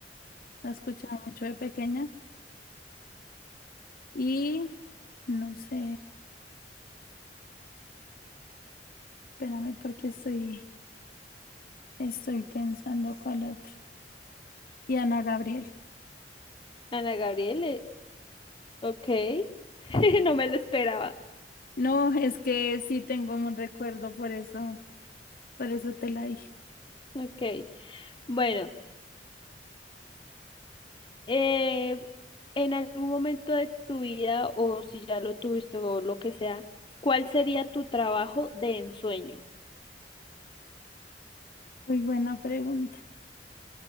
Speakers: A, on the left (about 55°); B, on the left (about 30°).
A: la escuchaba mucho de pequeña y no sé, espérame porque estoy, estoy pensando cuál otro. Y Ana Gabriel.
B: Ana Gabriel, eh, ok. <laughs> No me lo esperaba.
A: No, es que sí tengo un recuerdo, por eso, por eso te la dije.
B: Ok, bueno, eh, en algún momento de tu vida o si ya lo tuviste o lo que sea, ¿cuál sería tu trabajo de ensueño?
A: Muy buena pregunta.